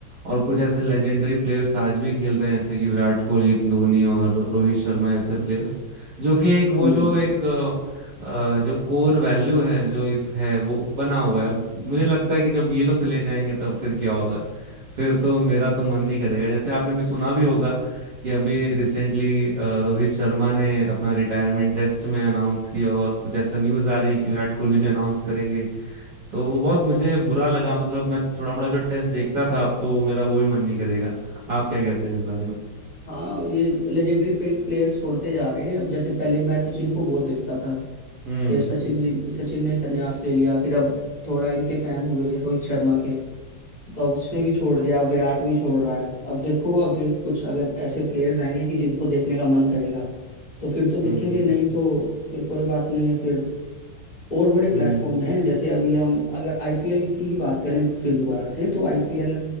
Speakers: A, on the right (about 60°); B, on the left (about 30°).
A: और कुछ ऐसे लेजेंडरी प्लेयर्स आज भी खेल रहे हैं जैसे कि विराट कोहली धोनी और रोहित शर्मा जैसे प्लेयर्स जो कि एक वो
B: हम्म
A: जो एक अ, अ, जो कोर वैल्यू है जो एक है वो बना हुआ है अब मुझे लगता है कि जब ये लोग चले जाएंगे तब फिर क्या होगा फिर तो मेरा तो मन नहीं करेगा जैसे आपने भी सुना भी होगा कि अभी रिसेंटली रोहित शर्मा ने अपना रिटायरमेंट टेस्ट में अनाउंस किया और कुछ ऐसा न्यूज आ रही है कि विराट कोहली भी अनाउंस करेंगे तो वो बहुत मुझे बुरा लगा मतलब मैं थोड़ा मोड़ा जो टेस्ट देखता था अब तो मेरा वो भी मन नहीं करेगा आप क्या कहते हैं इस बारे में
B: हाँ ये लेजेंडरी प्लेयर्स छोड़ते जा रहे हैं अब जैसे पहले मैं सचिन को बहुत देखता था
A: हम्म
B: फिर सचिन जी सचिन ने संन्यास ले लिया फिर अब थोड़ा इनके फैन हुए रोहित शर्मा के तो अब उसने भी छोड़ दिया अब विराट भी छोड़ रहा है अब देखो आगे कुछ अगर ऐसे प्लेयर्स आएंगे कि जिनको देखने का मन करेगा तो फिर तो देखेंगे
A: हम्म
B: नहीं तो फिर कोई बात नहीं है फिर और बड़े प्लेटफॉर्म
A: हम्म
B: हैं जैसे अभी हम अगर आईपीएल की ही बात करें फिर दोबारा से तो आईपीएल